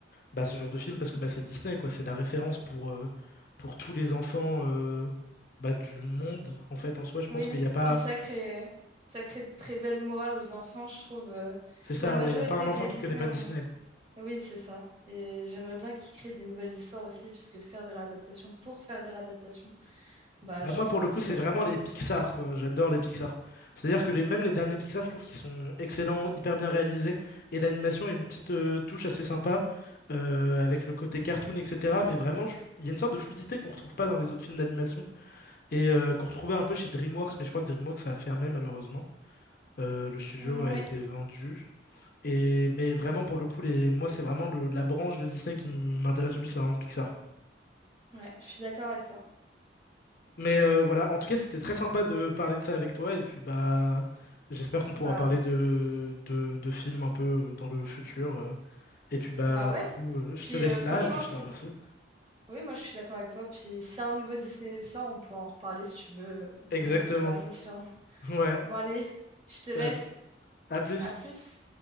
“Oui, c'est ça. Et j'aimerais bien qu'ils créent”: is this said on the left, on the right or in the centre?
Right